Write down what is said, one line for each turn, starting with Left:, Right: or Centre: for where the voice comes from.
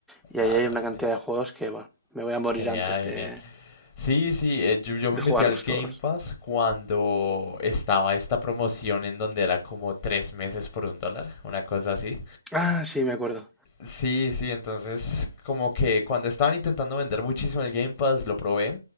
Centre: Y
Left: Ah,
Centre: ahí hay
Left: no,
Centre: una
Left: genial.
Centre: cantidad de juegos que, bueno, me voy a morir
Left: Genial,
Centre: antes de,
Left: genial. Sí, sí, eh, yo, yo
Centre: de
Left: me metí
Centre: jugarlos
Left: al Game
Centre: todos.
Left: Pass cuando estaba esta promoción en donde era como tres meses por un dólar, una cosa así.
Centre: Ah, sí, me acuerdo.
Left: Sí, sí, entonces como que cuando estaban intentando vender muchísimo el Game Pass lo probé,